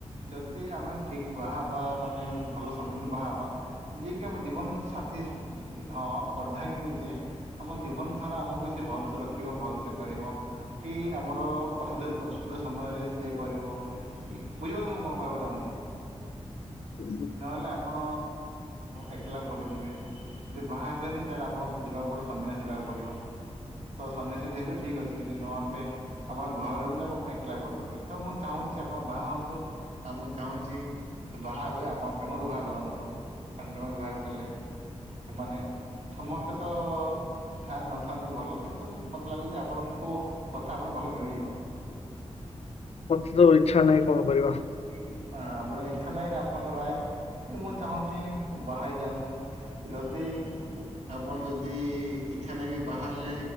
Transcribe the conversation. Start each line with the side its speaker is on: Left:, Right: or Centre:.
Right: ଯଦି ଆମେ ଠିକ୍ ବାହା ହେବା ମାନେ ଭଲ ସଙ୍ଗୀକୁ ବାହା ହେବା--' ଯିଏ କିି ଆମ ଜୀବନ ସାଥୀ ହଁ ଅର୍ଦ୍ଧାଙ୍ଗିନୀ ଯିଏ ଆମ ଜୀବନ ସାରା ଆମକୁ ସେଏ ଭଲସେ ରଖିବ ଭଲସେ ସେ କରିବ କି ଆମର ଅସୁବିଧା ଅସୁବିଧା ସମୟରେ ସିଏ କରିବ। କି ବୁଝିପାରୁଚତକଣ କହିବାକୁ ଚାହୁଚି।
Left: <unintelligible>
Right: ନହେଲେ ଆପଣ ଏକଲା ପଡ଼ିଯିବେ। ଯଦି ବାହା ହେବେନି ତାହେଲେ ଆପଣଙ୍କୁ ଯିବାକୁ ପଡ଼ିବ ସନ୍ନ୍ୟାସ ଯିବାକୁ ପଡିବ ସନ୍ନ୍ୟାସ ଯଦି ହେବେ ଠିକ୍ ଅଛି ଯଦି ନ ହେବେ ଆପଣଙ୍କ ଘର ର ବି ତା ଆପଣ ଏକଲା ପଡିଇଥିବେ ତ ମୁଁ ଚାହୁଁଚି ଆପଣ ବାହା ହୁଅନ୍ତୁ ଆଉ ମୁଁ ଚାହୁଁଚି। ବାହା ହେବେଆପଣ ପ୍ରେମ ବିବାହ କରନ୍ତୁ କାରଣ ପ୍ରେମ ବିବାହ କଲେ ସେମାନେ ସମସ୍ତେ ତ ଥା ନଥାନ୍ତି ଭଲ କିନ୍ତୁ ମତେ ଲାଗୁଚି ଆ ଆପଣଙ୍କୁ କଥା ଆପଣ ଭଲ ମିଳିଯିବ।
Left: ମତେ ତ ଇଚ୍ଛା ନାହିଁ କଣ କରିବା।
Right: ହ ଆପଣଙ୍କ ଇଚ୍ଛା ନାହିଁ ଆପଣଙ୍କ ରାୟ କିନ୍ତୁ ମୁଁ ଚାହୁଁଛି ବାହା ହେଇ ଯାଆନ୍ତୁ। ଯଦି ଆପଣ ଯଦି ଇଛା ନାହିଁବି ବାହାହେଲେ